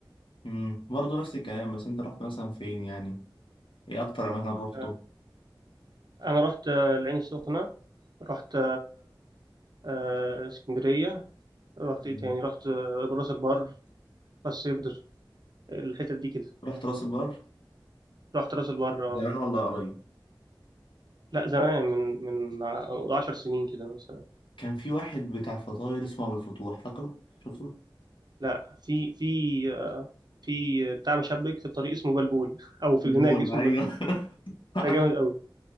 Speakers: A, on the left; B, on the right.
A: امم برضه نفس الكلام بس انت رحت مثلا فين يعني ايه اكتر اماكن روحته
B: آه انا رحت آه العين السخنه رحت آه اسكندريه رحت
A: مم.
B: ايه تاني رحت آه راس البر راس سدر الحتت دي كده
A: رحت راس البر
B: رحت راس البر آه.
A: زمان ولا قريب
B: لا زمان من من ع- 10 سنين كده مثلا
A: كان في واحد بتاع فطاير اسمه ابو الفتوح فاكره شفته
B: لا في في آه في بتاع مشبك في الطريق اسمه بلبول او في
A: بيقول
B: اللي هناك اسمه
A: ايوه
B: بلبول
A: <laughs> عارف.
B: ده جامد قوي